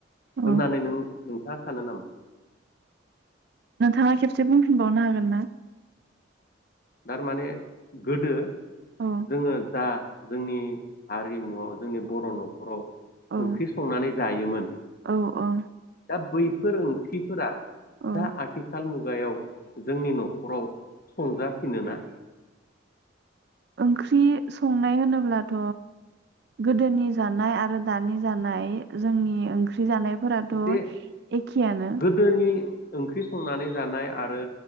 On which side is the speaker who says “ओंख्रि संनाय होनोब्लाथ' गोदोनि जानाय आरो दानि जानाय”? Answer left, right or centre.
Right